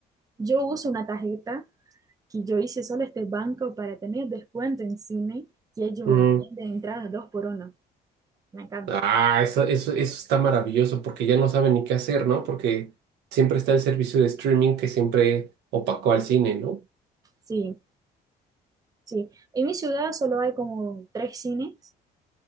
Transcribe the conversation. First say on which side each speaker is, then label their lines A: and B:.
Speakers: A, on the right; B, on the right.
A: Yo uso una tarjeta que yo hice solo este banco para tener descuento en cine y ellos
B: Mm.
A: venden entradas dos por una. Me encanta.
B: Ah, eso, eso, eso está maravilloso porque ya no saben ni qué hacer, ¿no? Porque siempre está el servicio de streaming que siempre opacó al cine, ¿no?
A: Sí, sí. En mi ciudad solo hay como tres cines,